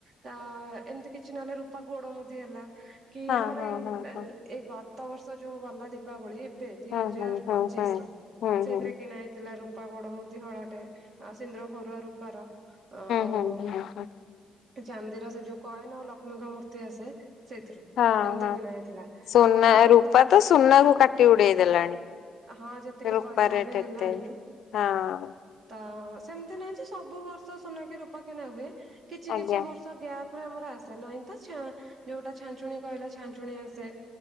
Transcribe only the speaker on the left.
ହଁ
ହଁ
ହଁ।
ହୁଁ
ହୁଁ ହୁଁ
ହୁଁ
ହୁଁ
ହୁଁ
ହୁଁ ହଁ
ହଁ
ହଁ
ସୁନା
ରୂପା ତ ସୁନା କୁ କାଟି ଉଡେଇ ଦେଲାଣି।
ରୂପା
ରେଟ୍
ଏତେ ହଁ।
ଆଜ୍ଞା